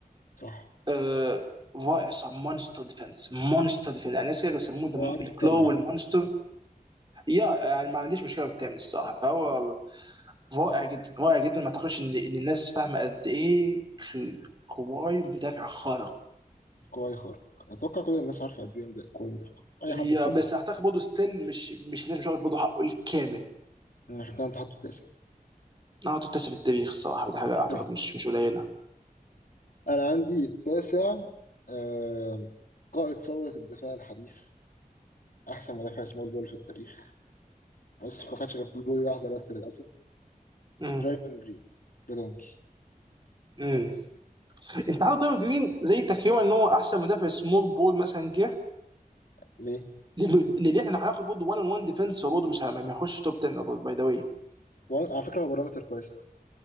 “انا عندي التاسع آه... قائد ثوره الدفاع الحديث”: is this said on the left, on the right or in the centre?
Left